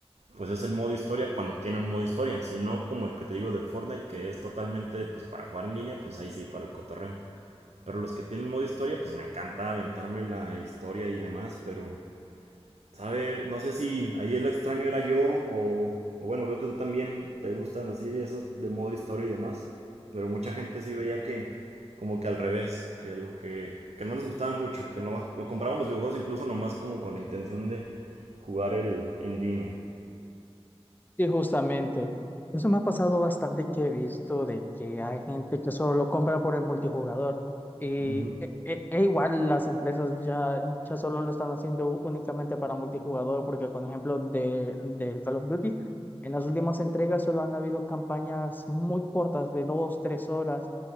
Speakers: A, on the right (about 85°); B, on the left (about 15°).
A: pues es el modo historia cuando tienen un modo historia, si no como el que te digo de Fortnite que es totalmente pues para jugar en línea, pues ahí sí para el cotorreo. Pero los que tienen modo historia, pues me encanta aventarme la historia y demás, pero Sabe, no sé si ahí el extraño era yo o, o bueno, veo que tú también te gustan así esos de modo historia y demás, pero mucha gente sí veía que como que al revés, que lo que, que no les gustaba mucho, que no, lo compraban los videojuegos incluso nomás como con la intención de jugar el en línea.
B: Sí, justamente. Eso me ha pasado bastante que he visto de que hay gente que solo lo compra por el multijugador. Y
A: Ujú.
B: e, e- e igual las empresas ya, ya solo lo están haciendo ú- únicamente para multijugador, porque con ejemplo de, del Call of Duty, en las últimas entregas solo han habido campañas muy cortas de dos, tres horas